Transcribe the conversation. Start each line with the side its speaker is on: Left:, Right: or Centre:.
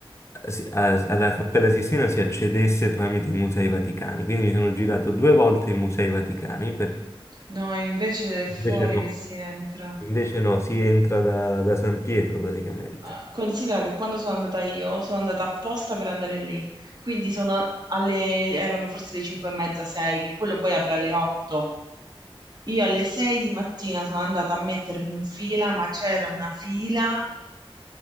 Left: si- a- alla Cappella Sistina si accedesse tramite i Musei Vaticani, quindi mi sono girato due volte i Musei Vaticani, per-
Right: No, invece è fuori
Left: invece no,
Right: che si entra.
Left: invece no, si entra da, da San Pietro praticamente.
Right: Ah, Considera che quando sono andata io, sono andata apposta per andare lì, quindi sono a- alle, erano forse le 5 e mezza, 6, che quello poi apre alle 8. Io alle 6 di mattina sono andata a mettermi in fila, ma c'era una fila,